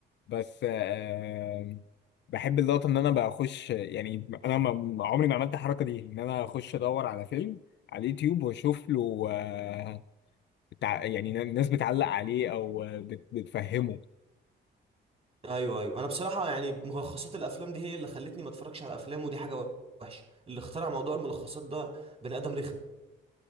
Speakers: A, on the left (about 60°); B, on the right (about 30°).
A: بس آه بحب اللقطة إن أنا بخش يعني أنا ما ما- عمري ما عملت الحركة دي إن أنا أخش أدور على فيلم على اليوتيوب وأشوف له آه بتاع يعني الناس بتعلق عليه أو آه، بت- بتفهمه
B: ايوه ايوه انا بصراحة يعني ملخصات الافلام دي هي اللي خلتني ما اتفرجش على افلام ودي حاجة وحشة اللي اخترع موضوع الملخصات ده بني ادم رخم